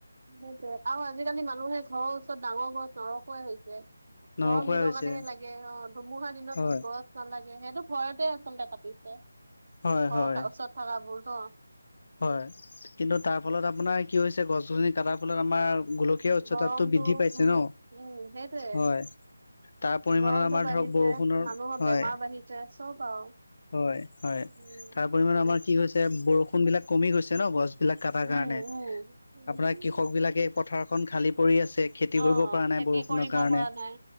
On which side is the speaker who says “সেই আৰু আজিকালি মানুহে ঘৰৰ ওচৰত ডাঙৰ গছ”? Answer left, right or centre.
Right